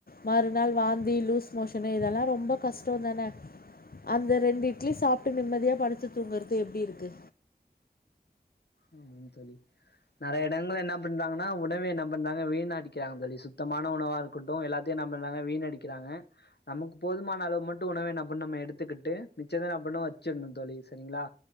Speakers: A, on the left (about 65°); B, on the left (about 80°).
A: மறுநாள் வாந்தி லூஸ் மோஷனு இதெல்லா ரொம்பா கஷ்டோந் தான அந்த ரெண்டு இட்லி சாப்ட்டு நிம்மதியா படுத்து தூங்கறது எப்டி இருக்கு
B: ஆமாம் தோழி நறய எடங்கள்ல என்னா பண்றாங்கனா உணவ என்ன பண்றாங்க வீணடிக்கிறாங்க தோழி சுத்தமான உணவா இருக்கட்டு எல்லாத்தியு என்ன பண்றாங்க வீணடிக்கிறாங்க நமுக் போதுமானளவு மட்டு உணவ என்னா பண்ணு நம்ம எடுத்துக்குட்டு மிச்சத என்னா பண்ணு வெச்சிட்ணு தோழி செரிங்ளா